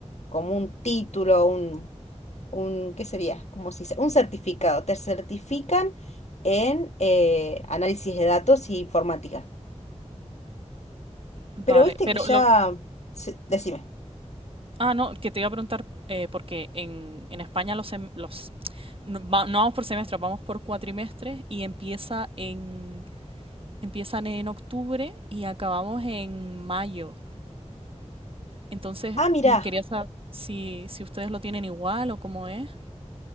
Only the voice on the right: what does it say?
Vale,
pero
lo...
Ah, no, que te iba a preguntar, eh, porque en, en España los, sem- los no, va- no vamos por semestres, vamos por cuatrimestres y empieza en, empiezan en octubre y acabamos en mayo. Entonces,
mm, quería saber si, si ustedes lo tienen igual o cómo es.